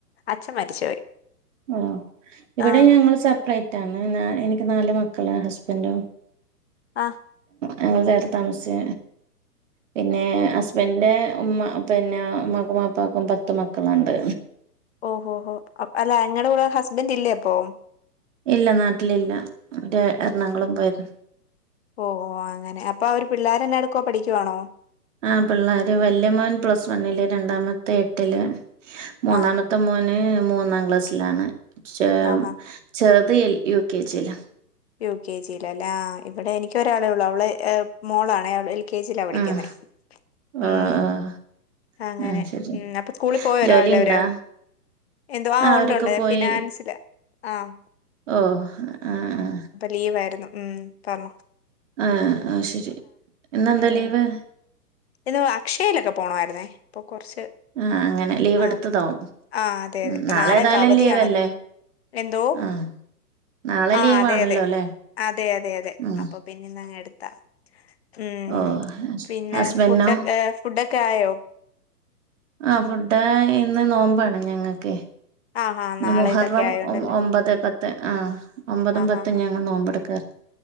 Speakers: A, on the left (about 40°); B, on the right (about 50°).
A: അച്ഛൻ മരിച്ചുപോയി
B: ഓഹ് ഇവിടെ
A: ആഹ്
B: ഞങ്ങള് സപ്രേ ട്ടാണ് നാ എനിക്ക് നാല് മക്കള് ഹസ്ബൻറ്റും
A: ആഹ്
B: ഞങ്ങള് വേറെ താമസ്ച്ച് പിന്നെ ഹസ്ബൻറ്റിന്റെ ഉമ്മ പിന്നെ ഉമ്മാക്കും ബാപ്പക്കും പത്തു മക്കളോണ്ട്
A: ഓഹോ ഹോ ഹോ അല്ല ഇങ്ങടെ കൂടെ ഹസ്ബൻറ്റില്ലേ അപ്പോം
B: ഇല്ല നാട്ടിൽ ഇല്ല അവര് എറണാകുളം പോയേക്കാ
A: ഓഹ് ഓഹ് ആ അങ്ങനെ അപ്പോ അവര് പിള്ളേര് എന്നാടുക്കുവാ പഠിക്കുവാണോ
B: ആഹ് പിള്ളാര് വല്യമോൻ പ്ലസ് വണ്ണില് രണ്ടാമത്തെ എട്ടില് മൂന്നാമത്തെ
A: ആഹ്
B: മോന് മൂന്നാം ക്ലാസ്സിലാണ് <unintelligible>
A: ആഹാ
B: ചെറു ത് യു കെ ജി ലാ
A: യു കെ ജിലല്ലേ ആഹ് ഇവിടെ എനിക്ക് ഒരാളേ ഒള്ളു അവള് ഏഹ് മോളാണേ അവള് എൽ കെ ജി ലാ പഠിക്കുന്നെ
B: ഉം
A: ഉം
B: ആഹ്
A: അങ്ങനെ
B: ആഹ് ശരി
A: ഉം അപ്പോ സ്കൂളി പോയോ
B: ജോലിണ്ടാ
A: രാവിലെ അവര് എന്തുവാ ആഹ്
B: അവരൊക്കെ
A: ഒണ്ട് ഒണ്ട്
B: പോയി
A: ഫിനാൻസില് ആം
B: ഓഹ് ആഹ് ആഹ്
A: ലീവാരുന്നു ഉം പർണോ
B: ആഹ് ആഹ് ശെരി ഇന്നെന്താ
A: ഉം
B: ലീവ്
A: ഇന്ന് അക്ഷലൊക്കെ പോണവാരുന്നേ അപ്പോ കൊറച്ച്
B: ആഹ് അങ്ങനെ ലീവ്
A: ആം
B: എടുത്തതാവും
A: ആഹ് അതെ
B: ഉം
A: അതെ ഇപ്പോ
B: നാളെ
A: നാളെയൊക്കെ
B: ഏതായാലും
A: അവധിയണല്ലോ
B: ലീവല്ലേ
A: എന്തോ
B: ആഹ് നാളെ
A: ആഹ്
B: ലീവാണല്ലോ
A: അതെ അതെ
B: അല്ലേ
A: അതെ അതെ അതെ
B: ഉം
A: അപ്പോ പിന്നെന്നങ്ങ് എടുത്താ ഉം
B: ഓഹ്
A: പിന്നെ
B: ഹസ്ബൻഡിനോ
A: ഫുഡ്ഡൊക്കെ ഫുഡ്ഡൊക്കെ ആയോ
B: ആഹ് ഫുഡ് ഇന്ന് നോമ്പാണ് ഞങ്ങക്കേ
A: ആഹ് ആഹ്
B: ഇന്ന്
A: നാളെ
B: മുഹറം
A: ഇതൊക്കെ ആയോണ്ടല്ലേ
B: ഒം ഒമ്പതെ പത്തെ ആഹ് ഒമ്പതും
A: ആഹ്
B: പത്തും
A: ആഹ്
B: ഞങ്ങ
A: ആഹ്
B: നോമ്പെടുക്കാ